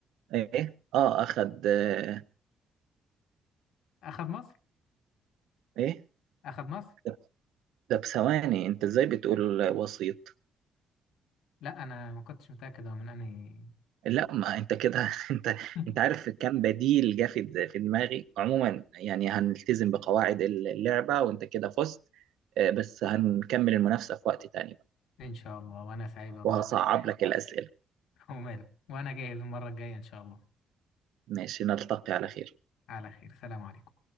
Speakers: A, on the right; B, on the left.
A: إيه آه أخد آه،
B: أخد مصر
A: إيه
B: أخد مصر
A: ده ده بثواني أنت إزاي بتقول وسيط
B: لا أنا ما كنتش متأكد هو من أنهي
A: لا ما أنت كده <laughs> أنت
B: <laughs>
A: أنت عارف كم بديل جه في في دماغي عموما يعني هنلتزم بقواعد اللعبة وأنت كده فزت آه، بس هنكمل المنافسة في وقت تاني بقى
B: إن شاء الله وأنا سعيد والله
A: وهصعب لك الأسئلة
B: <laughs> وماله وأنا جاهز المرة الجاية إن شاء الله
A: ماشي نلتقي على خير
B: على خير سلام عليكم